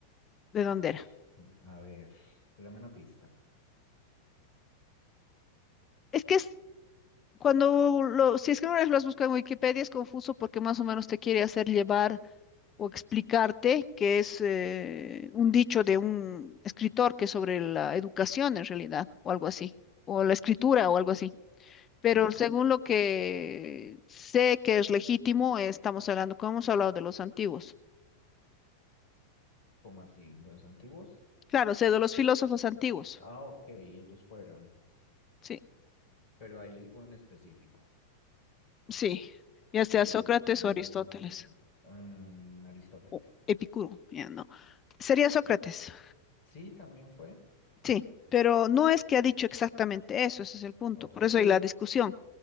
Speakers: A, on the left; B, on the left.
A: ¿De dónde
B: Ay,
A: era?
B: a ver, dame una pista.
A: Es que es, cuando lo, si es que una vez lo has buscado en Wikipedia es confuso porque más o menos te quiere hacer llevar o explicarte, que es eh, un dicho de un escritor que es sobre la educación en realidad, o algo así, o la escritura o algo así. Pero
B: Sí,
A: según lo que sé que es legítimo, estamos hablando, como hemos hablado de los antiguos.
B: ¿cómo así? ¿De los antiguos?
A: Claro, sé de los filósofos antiguos.
B: Ah, ok, ellos fueron.
A: Sí,
B: Pero hay alguno en específico.
A: sí, ya sea
B: ¿Quién?
A: Sócrates
B: Mm,
A: o Aristóteles
B: mm, Aristóteles.
A: o Epicuro, ya no. Sería Sócrates,
B: Sí, también fue.
A: sí, pero no es que ha dicho exactamente eso, ese es el punto.
B: Ok,
A: Por eso hay la discusión.